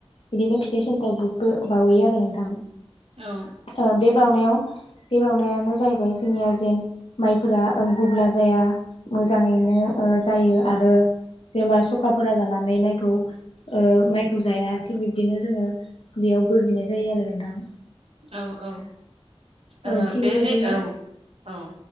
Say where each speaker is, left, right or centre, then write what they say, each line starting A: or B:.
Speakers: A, on the left; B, on the right.
A: बिदिनो फिथाइ सामथाइ बुथबो बावहैयो आरो नोंथां
B: औ
A: ओ बे बावनायाव बे बावनायानो जाहैबाय जोंनिया जेन माइफोरा ओ गुगला जाया मोजाङैनो ओ जायो आरो जेनेबा सखाफोरा जानानै माइखौ ओ माइखौ जाया थिग बिब्दिनो जोङो बेयाव बोर बिनाय जायो आरो नोंथां।
B: औ औ
A: औ
B: ओ
A: थिग
B: बे-
A: बेबायदिनो
B: बे औ औ